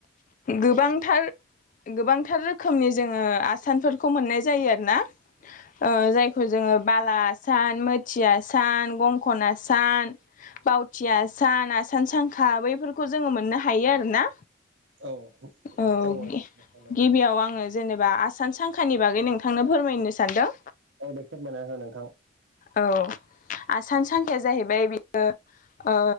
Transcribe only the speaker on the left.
गोबांथार गोबांथार रोखोमनि जोङो आसानफोरखौ मोननाय जायो आरो ना। ओ जायखौ जोङो बाला आसान, मोथि आसान, गंखन आसान, बावथि आसान, आसान सांखा बैफोरखौ जोङो मोननो हायो आरो ना।
औग
गिबियाव आङो जेनेबा आसान सांखानि बागै नोंथांनो फोरमायनो सानदों।
औ आसान सांखाया जाहैबाय बियो ओ